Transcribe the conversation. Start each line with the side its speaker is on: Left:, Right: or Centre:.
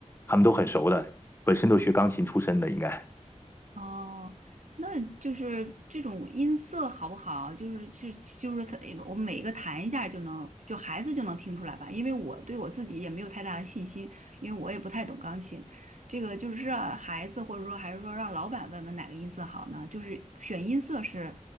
Left: 他们都很熟的，本身都学钢琴出身的，应该。
Right: 哦，那就是这种音色好不好？就是是就是说它，我们每一个弹一下就能，就孩子就能听出来吧？因为我对我自己也没有太大的信心，因为我也不太懂钢琴。这个就是让孩子，或者说还是说让老板问问哪个音色好呢？就是选音色是，